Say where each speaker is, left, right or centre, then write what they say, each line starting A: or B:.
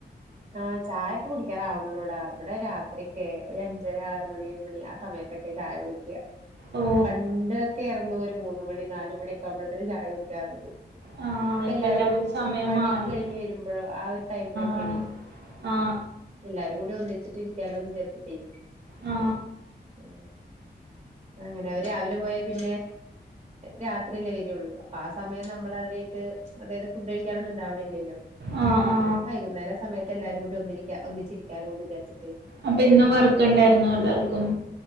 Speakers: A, on the right (about 35°); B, on the right (about 80°).
A: ആഹ ചായൊക്കെ കുടിക്കാറാവണള്ളൂടാ ഇവിടെ രാത്രിയെക്കെ ഒരു അഞ്ചര ആറ് മണി ഏഴ്മണി ആ സമയത്തൊക്കെ ചായ കുടിക്ക്യാ
B: ഓ
A: പണ്ടൊക്കെ ഏർന്നു ഒരു മൂന്ന് മണി നാല് മണിയൊക്കെ ആകുമ്പഴേത്തിന് ചായ കുടിക്കുവായിരുന്നു.
B: ആ ഇപ്പ
A: എല്ലാവരും
B: സമയം
A: പണിയൊക്കെ
B: മാറി
A: കഴിഞ്ഞ് വരുമ്പഴോ ആ ഒരു ടൈമിലൊക്കെയാണേ
B: ആ ആ
A: എല്ലാരും കൂടി ഒന്നിച്ചിട്ട് ഇരി ക്കാലോന്ന് വിചാരിച്ചിട്ടേ
B: ആ
A: ആ അങ്ങനെ അവര് രാവിലെ പോയ പിന്നെ രാത്രിയിലേ വരുള്ളു അപ്പൊ ആ സമയം നമ്മൾ അവരേയിട്ട് അതായത് ഫുഡ് കഴിക്കാനൊന്നും ഉണ്ടാവ്ണില്ലല്ലോ
B: ആ ആ
A: വൈകുന്നേരം സ് ട്ടിട്ടെല്ലാരും കൂടി ഒന്നിരിക്കാ ഒന്നിച്ചിരിക്കാലോന്ന് വിചാരിച്ട്ട്
B: അപ്പ ഇന്നും വർക്ക് ഇണ്ടായിരുന്നോ എല്ലാർക്കും?